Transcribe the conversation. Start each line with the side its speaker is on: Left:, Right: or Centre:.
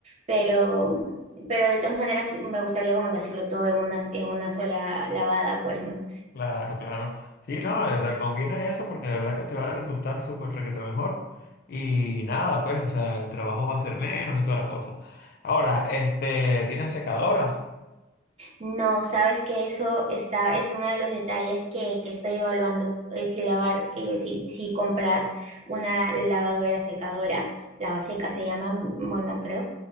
Right: pero, pero de todas maneras me gustaría como que hacerlo todo en una, en una sola lavada, pues, ¿no?
Left: Claro, claro. Sí, no, eh, te conviene eso porque de verdad que te va a resultar súper requete mejor. Y nada, pues, o sea, el trabajo va a ser menos y toda la cosa. Ahora, este, ¿tienes secadora?
Right: No, sabes que eso está, es uno de los detalles que, que estoy evaluando, eh, si lavar, eh, si, si comprar una lavadora secadora, lavaseca se llama, m- bueno, creo,